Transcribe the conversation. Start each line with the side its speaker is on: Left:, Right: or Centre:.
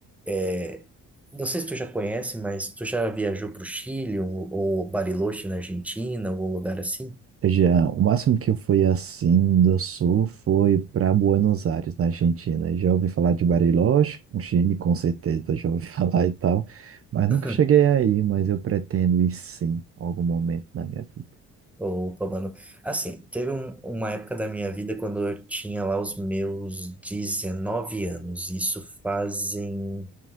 Centre: é, não sei se tu já conhece, mas tu já viajou pro Chile ou, ou Bariloche na Argentina, algum lugar assim?
Right: Já, o máximo que eu fui assim do sul foi para Buenos Aires, na Argentina. Já ouvi falar de Bariloche, o Chile com certeza já ouvi <laughs> falar e tal, mas
Centre: <laughs>
Right: nunca cheguei aí, mas eu pretendo ir sim, em algum momento na minha vida.
Centre: Opa, mano. Assim, teve um- uma época da minha vida quando eu tinha lá os meus 19 anos. Isso fazem.